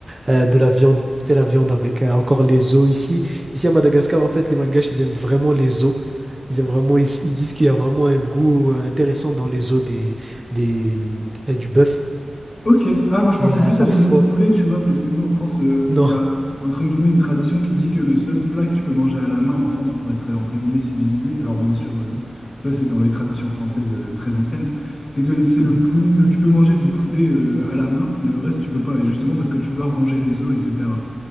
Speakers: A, on the right (about 25°); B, on the left (about 45°).
A: euh, de la viande. C'est la viande avec euh, encore les os ici. Ici à Madagascar, en fait, les Malgaches, ils aiment vraiment les os. Ils aiment vraiment, ils, ils disent qu'il y a vraiment un goût euh, intéressant dans les os des, des, hum, euh, du bœuf.
B: Ok, ah moi je pensais
A: Et euh,
B: plus
A: parfois,
B: à des œufs de poulet, tu vois, parce que nous en France,
A: <laughs>
B: euh,
A: non.
B: il y a entre guillemets une tradition qui dit que le seul plat que tu peux manger à la main en France pour être euh, entre guillemets civilisé, alors bien sûr, euh,
A: Hum,
B: ça c'est dans les traditions françaises euh, très anciennes, c'est que c'est le
A: hum.
B: poulet, le- tu peux manger du poulet euh, à la main, mais le reste tu peux pas, et justement parce que tu dois ronger les os, etc.